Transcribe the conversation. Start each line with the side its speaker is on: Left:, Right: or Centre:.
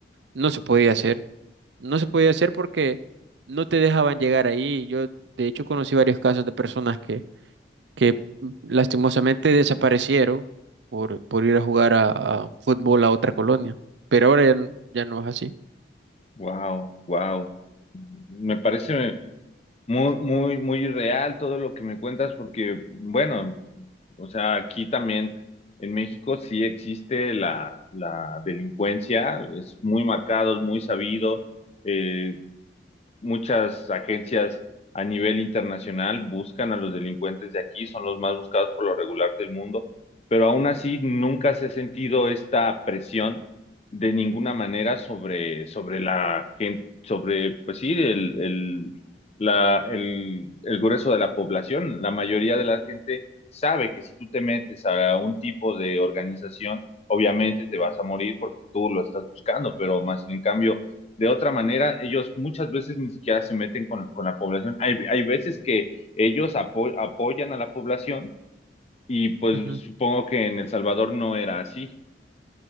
Right: No se podía hacer no se podía hacer porque no te dejaban llegar ahí. Yo, de hecho, conocí varios casos de personas que, que lastimosamente desaparecieron por, por ir a jugar a, a fútbol a otra colonia. Pero ahora ya, n- ya no es así.
Left: Wow, wow. Me parece Muy, muy, muy real todo lo que me cuentas, porque, bueno, o sea, aquí también en México sí existe la, la delincuencia, es muy marcado, es muy sabido. Eh, muchas agencias a nivel internacional buscan a los delincuentes de aquí, son los más buscados por lo regular del mundo, pero aún así nunca se ha sentido esta presión de ninguna manera sobre, sobre la gente, sobre, pues sí, el, el, la, el, el grueso de la población. La mayoría de la gente sabe que si tú te metes a un tipo de organización, obviamente te vas a morir porque tú lo estás buscando, pero más sin en cambio de otra manera, ellos muchas veces ni siquiera se meten con, con la población. Hay, hay, veces que ellos apo apoyan a la población y pues
Right: Ujú.
Left: supongo que en El Salvador no era así